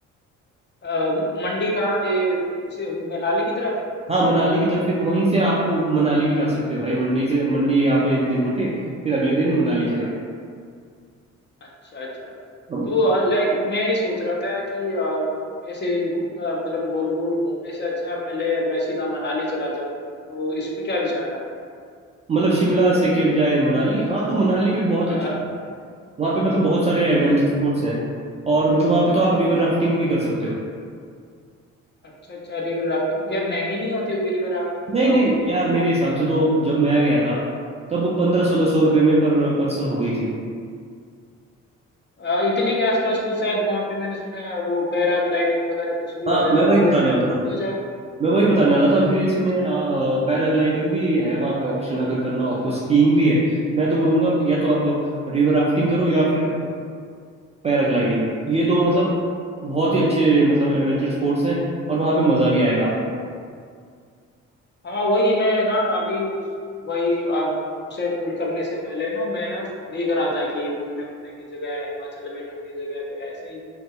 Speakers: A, on the left; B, on the right.
A: अ, मंडी कहाँ ये इसी- मनाली की तरफ
B: हाँ मनाली की तरफ फिर वहीं से आपको मनाली भी जा सकते हो भाई मंडी से मंडी आप एक दिन रुके फिर अगले दिन मनाली चले
A: हाँ। अच्छा अच्छा
B: हम-
A: तो लाइक मैं ये सोच रहा था कि अ, ऐसे घु- अ, मतलब गोल गोल घूमने से अच्छा पहले मैं सीधा मनाली चला जाऊं तो इस पे क्या विचार है आपका
B: मतलब शिमला से के बजाय मनाली हाँ तो मनाली भी बहुत
A: हाँ
B: अच्छी जगह है वहाँ पे मतलब बहुत सारे एडवेंचर
A: क्योंकि
B: स्पोर्ट्स हैं और मतलब वहाँ पे तो आप रिवर राफ्टिंग भी कर सकते हो
A: अच्छा अच्छा रिवर राफ्टिंग यार महंगी नहीं होती होगी रिवर राफ्टिंग तो
B: नहीं
A: वहाँ
B: नहीं
A: पे
B: यार मेरे हिसाब से तो जब मैं गया था तब पंद्रह सोलह सौ रुपये में पर पर्सन हो गई थी वो
A: अ, इतने के आसपास तो शायद वहाँ पे मैंने सुना है वो पैराग्लाइडिंग वगैरह कुछ भी होता
B: हाँ
A: है
B: मैं वही
A: वो
B: बताने
A: इतने
B: वाला
A: में तो
B: था
A: वो भी हो जाएगा
B: मैं वही बताने वाला था फिर
A: अच्छा
B: इसमें
A: अच्छा
B: पैराग्लाइडिंग भी है वहाँ पे ऑप्शन अगर करना हो आपको स्कीइंग भी है मैं तो बोलूँगा या तो आप रिवर राफ्टिंग करो या फिर पैराग्लाइडिंग ये दो मतलब बहुत ही अच्छे मतलब एडवेंचर स्पोर्ट्स हैं और वहाँ पे मज़ा भी आएगा आपको
A: हाँ वही मैं ना अभी वही आप तुमसे कॉल करने से पहले ना मैं ना देख रहा था कि घूमने घूमने की जगह है हिमाचल में ठंडी जगह पे ऐसे ही